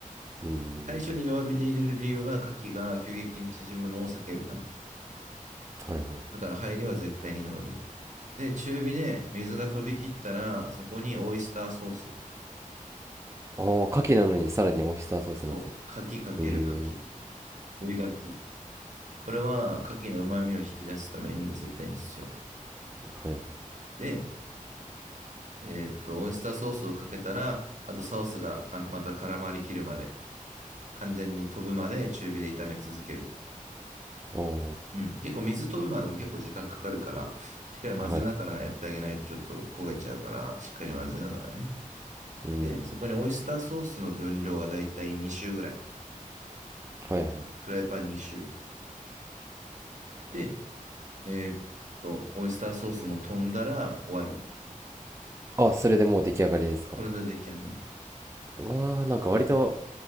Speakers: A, on the right; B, on the right.
A: うん、
B: 最初に弱火で入れる理由は、牡蠣が急激に縮むのを避けるため。
A: はい、はい。
B: だから入りは絶対に弱火。で、中火で水が飛び切ったら、そこにオイスターソース。
A: ああ、牡蠣なのにさらにオイスターソースなんですね。
B: そう。牡蠣かける牡蠣。
A: え
B: 追い牡これは牡蠣の旨味を引き出すために絶対に必要。
A: えはい、はい。
B: で、えっと、オイスターソースをかけたら、あとソースがかまた絡まりきるまで、完全に飛ぶまで中火で炒め続ける。
A: あ
B: うん。結構水飛ぶまでも結構時間かかるから、しっかり混ぜながらやってあげないとちょっと焦げちゃうから、
A: あ、はい。
B: しっかり混ぜながらね。
A: うん、
B: で、そこにオイスターソースの分量はだいたい2周ぐらい。
A: はい、はい。
B: フライパン2周。で、えーっと、オイスターソースも飛んだら終わり。
A: あ、それでもう出来上がりですか
B: それで出来上がり。
A: わあ、なんか割と